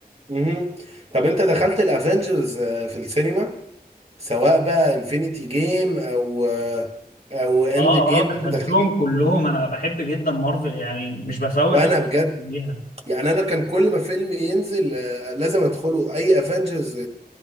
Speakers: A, on the right (about 40°); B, on the left (about 65°).
A: امم طب انت دخلت الافنجرز في السينما سواء بقى انفينيتي جيم او آه، او اند
B: اه
A: جيم
B: اه دخلتهم
A: دخلت
B: كلهم انا بحب جدا مارفل يعني مش بفوت
A: وانا بجد
B: ليها
A: يعني انا كان كل ما فيلم ينزل آه، لازم ادخله اي افنجرز